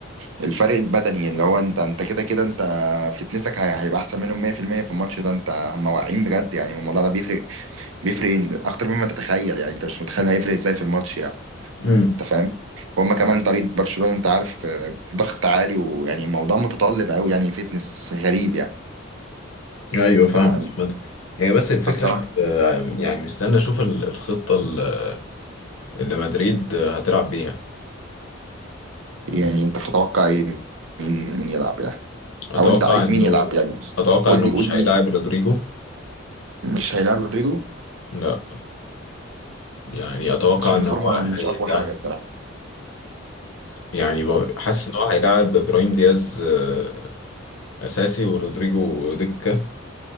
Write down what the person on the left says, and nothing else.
امم
ايوه
فاهم عامة. هي بس الفكره
آه، يعني مستني اشوف ال- الخطه ال- اللي مدريد آه، هتلعب بيها
اتوقع
انه
اتوقع
انه
مش
هيلاعب
رودريجو
لا يعني اتوقع
ان
هو
هيلا
يعني ب- حاسس ان هو هيلاعب ابراهيم دياز آه، اساسي ورودريجو دكه